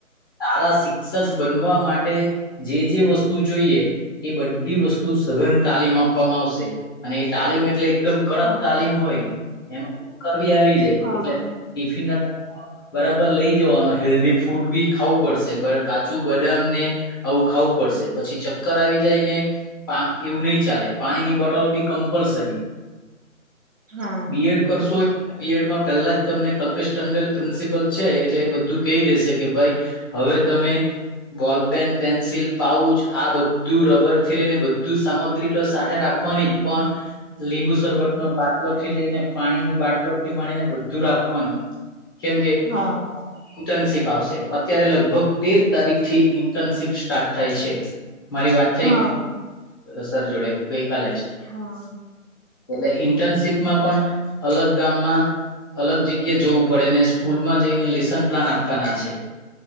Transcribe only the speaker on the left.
તારા શિક્ષક બનવા માટે જે જે વસ્તુ જોઈએ એ બધી વસ્તુ સઘન તાલીમ આપવામાં આવશે અને એ તાલીમ એટલે એકદમ કડક
તાલીમ હોય એમ કરવીી આવી જાય
એટલે ટિફિન ના બરાબર લઈ જવાનું હેલ્ધી ફૂડ બી ખાવું પડશે બ કાચું બદામ ને આવું ખાવું પડશે પછી ચક્કર આવી જાયને પા એવું નહી ચાલે પાણીની બોટલ બી કમ્પલસરી
બી એડ કરશો પીએડમાં પેલા જ તમને કલ્પેશ ટંડેલ પ્રિન્સિપલ છે એટલે એ બધું કહી દેશે કે ભાઈ હવે તમે બોલ પેન પેન્સિલ પાઉચ આ બધું રબર થી લઈને બધું સામગ્રી ટ સાથે રાખવાની જ પણ લીંબુ સરબત નો બાટલો થી લઈને પાણી ન બાટલો થી મળીને બધું રાખવાનું કેમ કે
ઇન્ટર્નશીપ આવશે અત્યારે લગભગ તેર તારીખ થી ઇન્ટર્નશીપ સ્ટાર્ટ થાય છે મારી વાત થઈ
સર જોડે ગઈ કાલે જ
એટલે ઇન્ટર્નશીપમાં પણ અલગ ગામમાં અલગ જગ્યા જવું પડે ને સ્કૂલમાં જઈને લેસન પ્લાન આપવાના છે